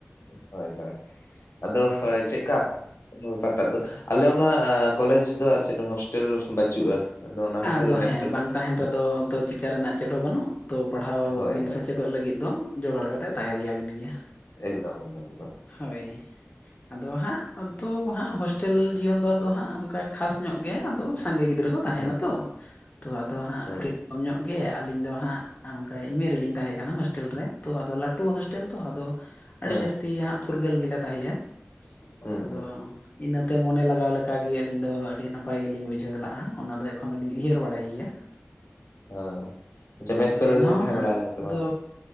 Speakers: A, on the left; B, on the left.
A: ᱦᱳᱭ ᱦᱳᱭ ᱟᱫᱚ ᱦᱳᱭ ᱪᱮᱫᱠᱟ ᱚᱠᱟᱴᱟᱜ ᱫᱚ ᱟᱞᱮ ᱚᱱᱟ ᱠᱚᱞᱮᱡᱽ ᱨᱮᱫᱚ ᱟᱨ ᱪᱮᱫ ᱦᱳᱥᱴᱮᱞ ᱵᱟᱹᱪᱩᱜᱼᱟ᱾ ᱟᱫᱚ ᱚᱱᱟ ᱠᱷᱟᱹᱛᱤᱨ
B: ᱟᱫᱚ
A: ᱢᱮᱥ
B: ᱦᱮᱸ
A: ᱠᱚᱨᱮ
B: ᱵᱟᱝ ᱛᱟᱦᱮᱱ ᱨᱮᱫᱚ ᱛᱚ ᱪᱤᱠᱟᱹ ᱨᱮᱱᱟᱜ ᱪᱮᱫ ᱦᱚᱸ ᱵᱟᱹᱱᱩᱜ᱾ ᱛᱚ ᱯᱟᱲᱦᱟᱣᱵᱤᱱ
A: ᱦᱳᱭ ᱦᱳᱭ
B: ᱥᱮᱪᱮᱫᱚᱜ
A: ᱦᱳᱭ
B: ᱞᱟᱹᱜᱤᱫ ᱫᱚ ᱡᱚᱜᱟᱲ ᱠᱟᱛᱮ ᱛᱟᱦᱮᱸ ᱦᱩᱭ ᱟᱵᱤᱱ ᱜᱮᱭᱟ᱾
A: ᱮᱠᱫᱚᱢ ᱮᱠᱫᱚᱢ ᱮᱠᱫᱚᱢ᱾
B: ᱦᱳᱭ ᱟᱫᱚ ᱦᱟᱸᱜ ᱟᱫᱚ ᱦᱟᱸᱜ ᱦᱳᱥᱴᱮᱞ ᱡᱤᱭᱚᱱ ᱫᱚ ᱟᱫᱚ ᱦᱟᱸᱜ ᱚᱱᱠᱟ ᱠᱷᱟᱥ ᱧᱚᱜ ᱜᱮ ᱟᱫᱚ ᱥᱟᱸᱜᱮ ᱜᱤᱫᱽᱨᱟᱹ ᱠᱚᱼᱼᱺ ᱛᱟᱦᱮᱱᱟᱛᱚ
A: ᱦᱩᱸ ᱦᱩᱸ
B: ᱛᱚ ᱟᱫᱚ ᱦᱟᱸᱜ
A: ᱦᱩᱸ
B: ᱯᱷᱨᱤᱰᱚᱢ ᱠᱚᱢ ᱧᱚᱜ ᱜᱮ ᱟᱹᱞᱤᱧ ᱫᱚ ᱦᱟᱸᱜ᱾ ᱚᱱᱠᱟ ᱮᱢᱮᱨᱞᱤᱧ ᱛᱟᱦᱮᱸ ᱠᱟᱱᱟ ᱦᱳᱥᱴᱮᱞ ᱨᱮ ᱛᱚ ᱟᱫᱚ ᱞᱟᱹᱴᱩ ᱦᱳᱥᱴᱮᱞ ᱛᱚ ᱟᱫᱚᱼᱼᱼ ᱟᱹᱰᱤ
A: ᱦᱮᱸ
B: ᱡᱟᱹᱥᱛᱤ ᱦᱟᱸᱜ ᱯᱷᱩᱨᱜᱟᱹᱞ ᱜᱮ ᱞᱮ ᱛᱟᱦᱮᱜᱼᱟ
A: ᱦᱩᱸ
B: ᱟᱫᱚᱼᱼᱺ
A: ᱦᱩᱸ
B: ᱤᱱᱟᱹᱛᱮ ᱢᱚᱱᱮ ᱞᱟᱜᱟᱣ ᱞᱮᱠᱟᱜᱮ ᱟᱹᱞᱤᱧ ᱫᱚ ᱟᱹᱰᱤ ᱱᱟᱯᱟᱭ ᱜᱮᱞᱤᱧ ᱵᱩᱡᱷᱟᱹᱣ ᱞᱮᱫᱟᱜᱼᱟ ᱚᱱᱟ ᱫᱚ ᱮᱠᱷᱚᱱ ᱫᱚᱞᱤᱧ ᱩᱭᱦᱟᱹᱨ ᱵᱟᱲᱟᱭ ᱜᱮᱭᱟ᱾ <inaudible>
A: ᱦ ᱟᱪᱪᱷᱟ ᱢᱮᱥ
B: ᱟᱫᱚ
A: ᱠᱚᱨᱮ
B: ᱮᱱᱦᱚᱸ
A: ᱫᱚᱵᱤᱱ ᱛᱟᱦᱮᱸ
B: ᱦᱟᱸᱜ
A: ᱵᱟᱲᱟ ᱠᱟᱱᱟ ᱥᱮ
B: ᱟᱫᱚ
A: ᱵᱟᱝ᱾